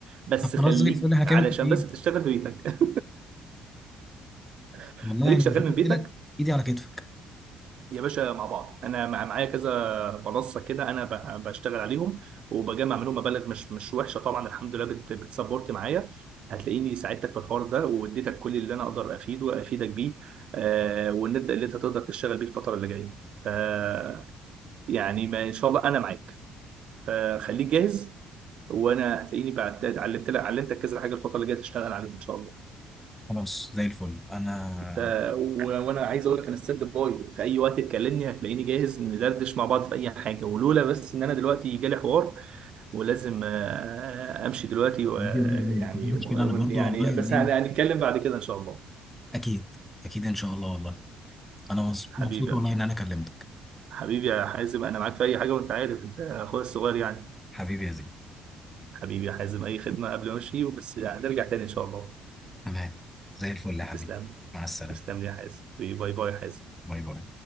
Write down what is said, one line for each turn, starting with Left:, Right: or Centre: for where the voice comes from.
Right: بس
Centre: طب خلاص
Right: خليك
Centre: زي الفل احنا كده
Right: علشان
Centre: متفقين
Right: بس تشتغل في بيتك <laughs>
Centre: والله
Right: خليك
Centre: يعني
Right: شغال
Centre: زي
Right: من
Centre: ما قلت
Right: بيتك
Centre: لك ايدي على كتفك
Right: يا باشا مع بعض انا مع- معايا كذا منصه كده انا ب- بشتغل عليهم وبجمع منهم مبالغ مش مش وحشه طبعا الحمد لله بت بتسبورت معايا هتلاقيني ساعدتك في الحوار ده واديتك كل اللي انا اقدر افيده وافيدك بيه آه والنبدا اللي انت تقدر تشتغل بيه الفتره اللي جايه آه يعني ما ان شاء الله انا معاك آه خليك جاهز وانا هتلاقيني بعد علمت لك علمتك كذا حاجه الفتره اللي جايه تشتغل عليها ان شاء الله
Centre: خلاص زي الفل انا
Right: ف... و... وانا عايز اقول لك انا ستاند باي في اي وقت تكلمني هتلاقيني جاهز ندردش مع بعض في اي حاجه ولولا بس ان انا دلوقتي جالي حوار ولازم آه، امشي دلوقتي و...
Centre: حبيبي
Right: آه،
Centre: والله يعني
Right: يعني
Centre: مفيش مشكلة
Right: و...
Centre: انا برضو
Right: يعني
Centre: والله يعني
Right: بس هن- هنتكلم بعد كده ان شاء الله
Centre: اكيد اكيد ان شاء الله والله انا مبس-
Right: حبيبي
Centre: مبسوط
Right: يا-
Centre: والله ان انا كلمتك
Right: حبيبي يا حازم انا معاك في اي حاجه وانت عارف انت اخويا الصغير يعني
Centre: حبيبي يا زين
Right: حبيبي يا حازم اي خدمه قبل ما امشي بس هنرجع تاني ان شاء الله
Centre: تمام زي الفل يا حبيبي
Right: تسلم
Centre: مع السلامة
Right: تسلم لي يا حازم حبيبي باي باي يا حازم
Centre: باي باي